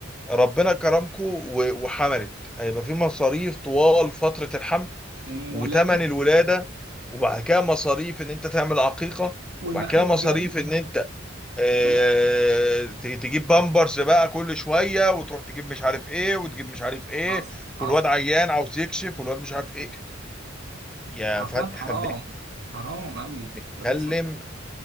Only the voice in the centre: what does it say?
ربنا كرمكو و- وحملت هيبقى في مصاريف طوال فتره الحمل
وتمن الولادة وبعد كده مصاريف ان انت تعمل عقيقة
وبعد كده مصاريف
ان انت آه،
ت- تجيب بامبرز بقى كل شوية وتروح تجيب مش عارف ايه وتجيب مش عارف ايه
والواد
عيان عاوز يكشف والواد مش عارف ايه يا
فن
احنا بنت-
بنتكلم